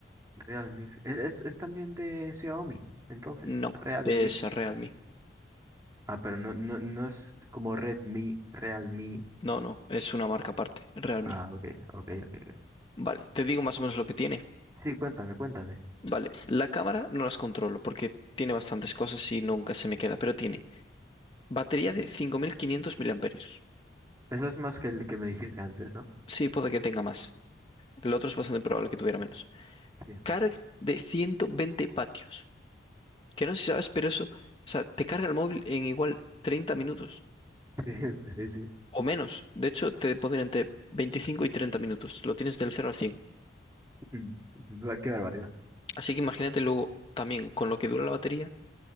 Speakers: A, on the right; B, on the left.
A: Realme. Es, es es también de Xiaomi, entonces,
B: No,
A: Realme.
B: es Realme.
A: Ah, pero no, no, no es como Redmi, Realme.
B: No, no, es una marca aparte, Realme.
A: Ah, ok, ok, ok. ok.
B: Vale, te digo más o menos lo que tiene.
A: Sí, cuéntame, cuéntame.
B: Vale, la cámara no las controlo porque tiene bastantes cosas y nunca se me queda, pero tiene batería de 5500 miliamperios.
A: Eso es más que el que me dijiste antes, ¿no?
B: Sí, puede que tenga más. El otro es bastante probable que tuviera menos.
A: Sí, sí,
B: carga de 120 vatios Que no sé si sabes, pero eso, o sea, te carga el móvil en igual 30 minutos
A: <laughs> pues sí, sí.
B: o menos. De hecho, te pondría entre 25 y 30 minutos. Lo tienes del cero al cien
A: Mm, va, Qué barbaridad.
B: Así que imagínate luego también con lo que dura la batería.